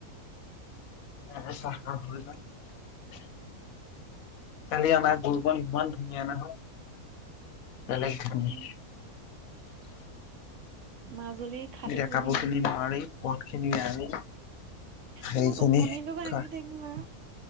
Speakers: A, on the left; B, on the right.
A: ইয়াতে চাহ কামদুদিলা <unintelligible> কালি অনা গুৰকন ইমান ধুনীয়া নহয়, বেলেগ ধুনী
B: উম মাজুলীৰ খাটি
A: এতিয়া
B: কৰো
A: কাপোৰ
B: নেকি
A: খিনি মাৰি পথখিনি আনি সেইখিনি
B: মোৰ টোপনিটো ভাাগি
A: খোৱা
B: থাকিল ও